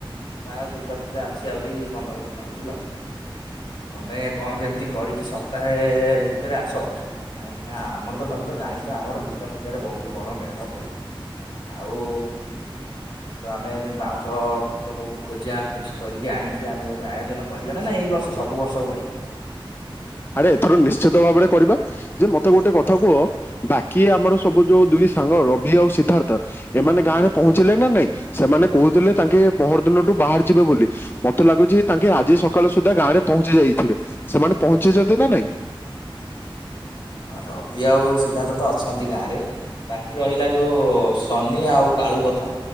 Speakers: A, on the left; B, on the left.
A: ପ୍ରାୟ ଦୁର୍ଗା ପୂଜା ଅଛି ଆହୁରି ପନ୍ଦର ଦିନ ବୁଝିଲ ତମେ କଣ କେମିତି କରିକି ସପ୍ତାହେ ଭିତରେ ଆସ କାହିଁକିନା ଆମର ତ ତମେ ତ ଜାଣିଛ ଆମର ଦୁର୍ଗା ପୂଜାରେ ବହୁତ ବଡ଼ ମେଢ ହୁଏ ଆଉ। ତ ଆମେ ବାଉଁଶ ପତ୍ର କୋଉଠୁ ଖୋଜିିବା ଖୋଜି କରିକି ଆଣିକି ଆମେ ଗୋଟେ ଆୟୋଜନ କରିବା ନା ନା ଏଇ ବର୍ଷ ସବୁ ବର୍ଷ ଭଳି।
B: ଆରେ ଏଥର ନିଶ୍ଚିତ ଭାବରେ କରିବା ଯେ ମତେ ଗୋଟେ କଥା କୁହ ବାକି ଆମର ସବୁ ଯୋଉ ଦୁଇ ସାଙ୍ଗ ରବି ଆଉ ସିଦ୍ଧାର୍ଥ ଏମାନେ ଗାଁ ରେ ପହଞ୍ଚିଲେ ନା ନାଇଁ ସେମାନେ କହୁଥିଲେ ତାଙ୍କେ ପହର ଦିନଠୁ ବାହାରି ଯିବେ ବୋଲି ମତେ ଲାଗୁଛି ତାଙ୍କେ ଆଜି ସକାଳ ସୁଦ୍ଧା ଗାଁରେ ପହଞ୍ଚି ଯାଇଥିବେ ସେମାନେ ପହ ଛନ୍ତି ନା ନାଇଁ।
A: ହଁ ରବି ଆଉ ସିଦ୍ଧାର୍ଥ ତ ଅଛନ୍ତି ଗାଁରେ ବାକି ରହିଲା ଯେଉଁ ସନି ଆଉ କାଳୁ କଥା